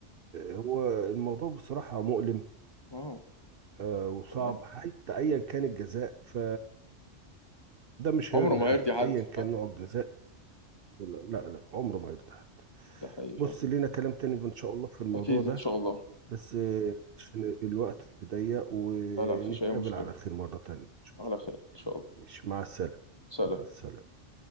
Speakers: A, on the right; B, on the left.
A: هو الموضوع بصراحة مؤلم
B: اه
A: آه، وصعب
B: لا
A: حتى ايا كان الجزاء ف ده مش
B: عمره
A: هيرضي
B: ما
A: حد
B: هيرضي حد
A: ايا كان
B: لا
A: نوع الجزاء ولا- لا لا عمره ما هيرضي حد
B: ده حقيقي
A: بص
B: فعلا
A: لينا كلام تاني ان شاء الله في الموضوع
B: أكيد
A: ده
B: إن شاء الله
A: بس آه، عشان الوقت ضيق ونتقابل
B: لا لا مفيش أي مشكلة
A: على خير مرة تانية إن شاء
B: على
A: الله
B: خير إن شاء الله
A: مش مع السلامة
B: سلام
A: مع السلامة